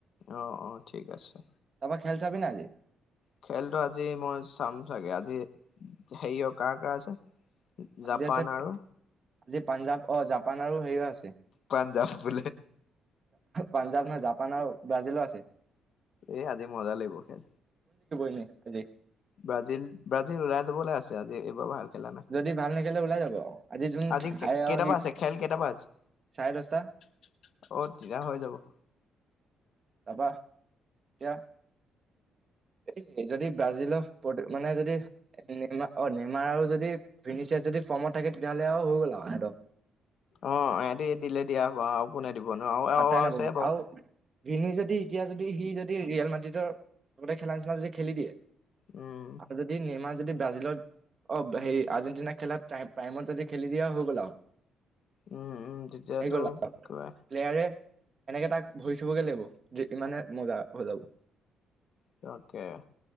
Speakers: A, on the left; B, on the right.
A: অ-অ ঠিক আছে।
B: তাৰপৰা খেল চাবি না আজি?
A: খেলটো আজি মই চাম চাগে আজি। হেৰি আৰু কাৰ-কাৰ আছে?
B: আজি
A: জাপান
B: আছে
A: আৰু
B: আজি পাঞ্জাৱ অ, জাপান আৰু হেৰিও আছে।
A: পাঞ্জাৱ বোলে
B: পাঞ্জাৱ নহয়, জাপান আৰু ব্ৰাজিলো আছে।
A: এই আজি মজা লাগিব খেল।
B: <unintelligible>
A: ব্ৰাজিল, ব্ৰাজিল ওলাই যাবলে আছে আজি এইবাৰ ভাল খেলা নাই।
B: যদি ভাল নেখেলে ওলাই যাব যোন
A: আজি খে
B: হাৰে আৰু
A: কেইটাপা
B: সি
A: আছে খেল কেইটাপা আছে?
B: চাৰে দহটা
A: অ, তিতিয়া হৈ যাব।
B: তাৰপা এতিয়া এই যদি ব্ৰাজিলৰ মানে যদি নেইমাৰ অ নেইমাৰ আৰু যদি ভিনিচিয়া যদি ফৰ্মত থাকে তেতিয়াহ'লে আৰু হৈ গ'ল আৰু সেতৰ
A: অ, এহতি দিলে দিয়া হ'ব আৰু কোনে দিব নো
B: পাত্তাই
A: আৰু
B: নাপাব
A: আছে বাৰু।
B: আৰু ভিনি যদি এতিয়া যদি সি যদি ৰিয়েল মাটিতৰ মতে খেলা নিচিনা যদি খেলি দিয়ে
A: উম
B: আৰু যদি নেমাৰ যদি ব্ৰাজিলত অ হেৰি আৰ্জেণ্টিনাৰ খেলা তাই প্ৰাইমত যদি খেলি দিয়ে হৈ গ'ল আৰু
A: উম-উম তেতিয়াতো
B: আহি গ'ল আৰু
A: কিবা
B: প্লেয়াৰে এনেকে তাক ভৰি চুবগে লাগিব যে ইমানে মজা হৈ যাব।
A: তাকে।